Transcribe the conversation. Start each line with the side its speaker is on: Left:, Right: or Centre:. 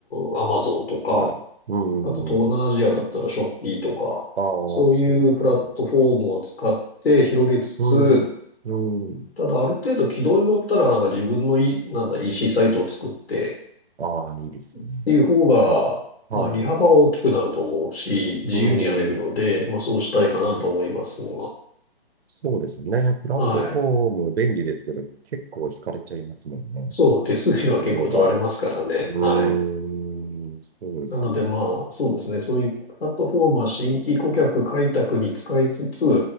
Left: ーム、Amazon とか、
Right: はい、うん。
Left: あと東南アジアだったらショッピーとか、
Right: ああ、
Left: そういうプラットフォームを使って広げつつ、
Right: そうですね。うん、うん。
Left: ただある程度軌道に乗ったらなんか自分のい、なんだ EC サイトを作って
Right: ああ、いいですね。
Left: っていう方が、
Right: うん、はい、
Left: まあ利幅は大きくなると思うし、自由にやれるので、
Right: うん、
Left: まあそうしたいかなと思いますが、
Right: うん。そうですね。プラットフォーム便利ですけど、
Left: はい。
Right: 結構惹かれちゃいますもんね。
Left: そう、手数料は結構取られますからね。
Right: 数量が。うーん、
Left: はい。
Right: そうですね。
Left: なのでまあそうですね、そういうプラットフォームは新規顧客開拓に使いつつ、